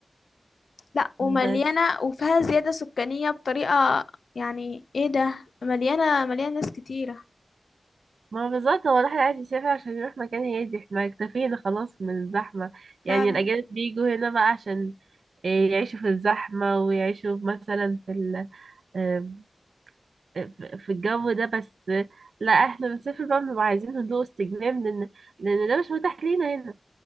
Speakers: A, on the left; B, on the right.
A: لأ ومليانة
B: بس
A: وفيها زيادة سكانية بطريقة يعني ايه ده مليانة مليانة ناس كتيرة
B: ما بالظبط هو الواحد عايز يسافر عشان يروح مكان هادي احنا اكتفينا خلاص من الزحمة يعني
A: فعلا
B: الأجانب بيجوا هنا بقى عشان إيه، يعيشوا في الزحمة ويعيشوا مثلا في ال آم، في في الجو ده بس لا احنا بنسافر بقى بنبقى عايزين هدوء واستجمام لأن لأن ده مش متاح لينا هنا